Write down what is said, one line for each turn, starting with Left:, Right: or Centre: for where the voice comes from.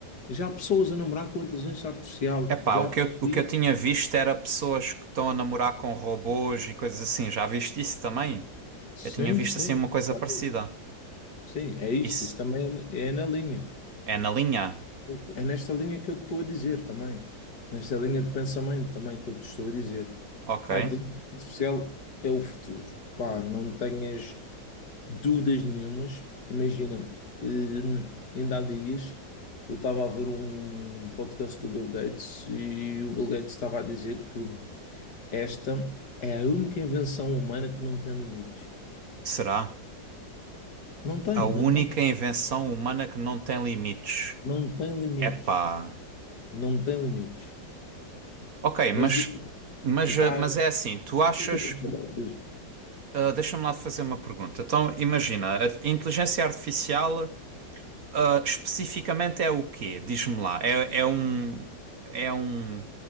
Left: já há pessoas a namorar com inteligência artificial,
Right: Epá,
Left: já
Right: o
Left: há
Right: que
Left: perfis.
Right: eu, o que eu tinha visto era pessoas que estão a namorar com robôs e coisas assim. Já viste isso também?
Left: Sim,
Right: Eu tinha visto
Left: sim.
Right: assim uma coisa
Left: Claro.
Right: parecida.
Left: Sim, é isso.
Right: Isso
Left: isso também é, é na linha.
Right: é na linha?
Left: É nesta linha que eu te estou a dizer também. Nesta linha de pensamento também que eu te estou a dizer.
Right: Ok.
Left: Pá, a inteligência artificial é o futuro. Pá, não tenhas dúvidas nenhumas. Imagina, eh, ainda há dias eu estava a ver um podcast do Bill Gates e o Bill Gates estava a dizer que esta é a única invenção humana que não tem limites.
Right: Será?
Left: Não tem,
Right: A única
Left: não tem.
Right: invenção humana que não tem limites.
Left: Não tem limites.
Right: Epá.
Left: Não tem limite
Right: Ok, mas,
Left: Mas
Right: mas,
Left: tu estás.
Right: eh, mas
Left: O
Right: é assim, tu achas.
Left: que tu queres saber?
Right: o-
Left: Diz-me.
Right: ah, deixa-me lá fazer uma pergunta. Então, imagina, a inteligência artificial, ah, especificamente é o quê? Diz-me lá. É, é um. É um.